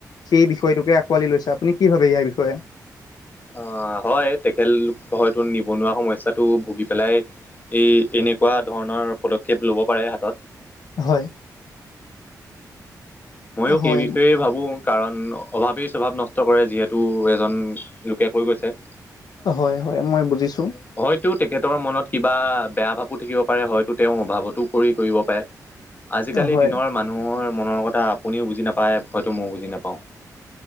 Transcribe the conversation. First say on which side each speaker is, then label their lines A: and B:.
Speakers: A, on the left; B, on the left.
A: সেই বিষয়টোকে আঁকোৱালি লৈছে। আপুনি কি ভাবে ইয়াৰ বিষয়ে?
B: অ হয় তেখেতেলোক হয়তো নিবনুৱা সমস্যাটো ভুগি পেলাই এই এনেকুৱা ধৰণৰ পদক্ষেপ ল'ব পাৰে হাতত।
A: হয়।
B: ময়ো সেই
A: হয়
B: বিষয়ে ভাবো কাৰণ অভাৱেই স্বভাৱ নষ্ট কৰে যিহেতু এজন লোকে কৈ গৈছে।
A: হয় হয় মই বুজিছোঁ।
B: হয়তো তেখেতৰ মনত কিবা বেয়া ভাৱো থাকিব পাৰে, হয়তো তেওঁৰ অভাৱত তো কৰি কৰিব পাৰে। আজি কালি
A: হয়
B: দিনৰ মানু্হ মানুহৰ মনৰ কথা আপুনিও বুজি নাপায়, হয়তো ময়ো বুজি নাপাওঁ।